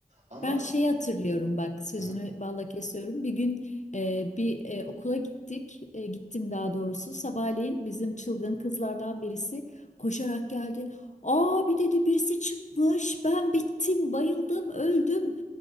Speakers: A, on the right; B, on the left.
A: Ama
B: Ben şey hatırlıyorum bak sözünü
A: Hı hı.
B: balla kesiyorum. Bir gün e, bir e, okula gittik. E, gittim daha doğrusu. Sabahleyin bizim çılgın kızlardan birisi koşarak geldi. Aa bir dedi birisi çıkmış. Ben bittim, bayıldım, öldüm.